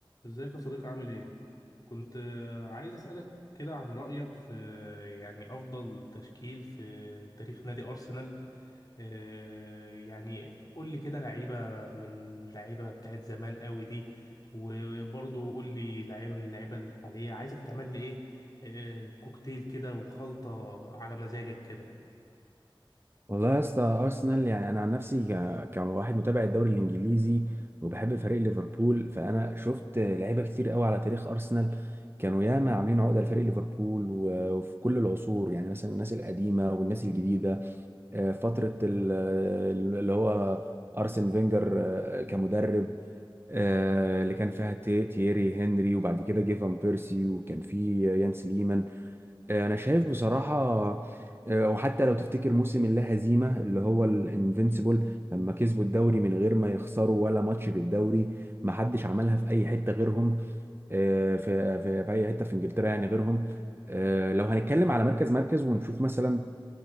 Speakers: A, on the left; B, on the right.
A: ازيك يا صديقي عامل ايه؟ كنت آه، عايز اسألك كده عن رأيك في آه، يعني أفضل تشكيل في تاريخ نادي أرسنال آه، يعني قول لي كده لعيبة من لعيبة بتاعت زمان قوي دي وبرضه قول لي لعيبة من اللعيبة الحالية عايزك تعمل لي ايه آه، كوكتيل كده وخلطة على مزاجك كده
B: والله يا اسطى ارسنال يعني انا عن نفسي ك- كواحد متابع الدوري الانجليزي وبحب فريق ليفربول فانا شفت لعيبه كتير قوي على تاريخ ارسنال كانوا ياما عاملين عقده لفريق ليفربول و- وفي كل العصور يعني مثلا الناس القديمه والناس الجديده آه، فتره ال- ال- اللي هو ارسن فينجر آه، كمدرب آه، اللي كان فيها تي- تييري هنري وبعد كده جه فان بيرسي وكان في يان سليمان انا شايف بصراحه آه، وحتى لو تفتكر موسم اللا هزيمه اللي هو الانفينسيبل لما كسبوا الدوري من غير ما يخسروا ولا ماتش في الدوري ما حدش عملها في اي حته غيرهم آه، في في في اي حته في انجلترا يعني غيرهم آه، لو هنتكلم على مركز مركز ونشوف مثلا